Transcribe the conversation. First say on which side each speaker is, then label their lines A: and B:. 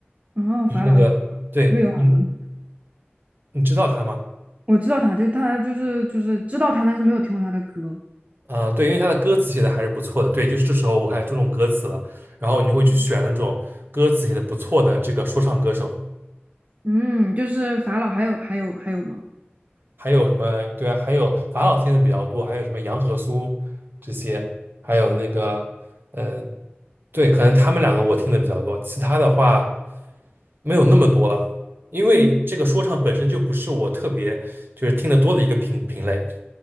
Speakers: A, on the right; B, on the right.
A: 哦，法老有
B: 就是那个，对，
A: 瑞尔文，
B: 你你知道他吗？
A: 我知道他，就是他，就是就是知道他，但是没有听过他的歌。
B: 啊、呃对，因为他的歌词写的还是不错的，对，就是这时候我还注重歌词了，然后你就会去选那种歌词写的不错的这个说唱歌手，
A: 嗯，就是法老还有还有还有吗？
B: 还有什么，对啊，还有法老听的比较多，还有什么杨和苏这些，还有那个，呃，对，可能他们两个我听的比较多，其他的话没有那么多了，因为这个说唱本身就不是我特别就是听得多的一个品品类，
A: 嗯，